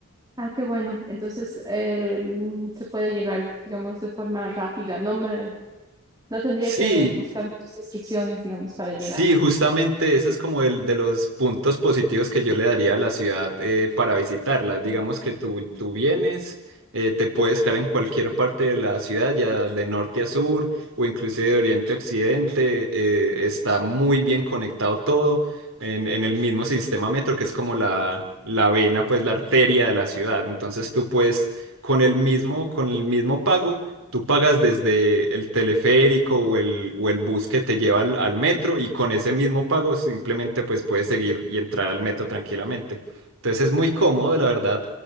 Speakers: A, on the right (about 15°); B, on the right (about 65°).
A: Ah, qué bueno. Entonces, eh, mm, se puede llegar, digamos, de forma rápida. No me, no tendría
B: Sí,
A: que buscar muchas instrucciones, digamos, para llegar.
B: sí, justamente eso es como el de los puntos positivos que yo le daría a la ciudad eh, para visitarla. Digamos que tú, tú vienes, eh, te puedes quedar en cualquier parte de la ciudad, ya de norte a sur o inclusive de oriente a occidente, eh, está muy bien conectado todo en, en el mismo sistema metro que es como la, la vena, pues la arteria de la ciudad. Entonces tú puedes con el mismo, con el mismo pago. Tú pagas desde el teleférico o el, o el bus que te lleva al, al metro y con ese mismo pago simplemente pues puedes seguir y entrar al metro tranquilamente. Entonces es muy cómodo, la verdad,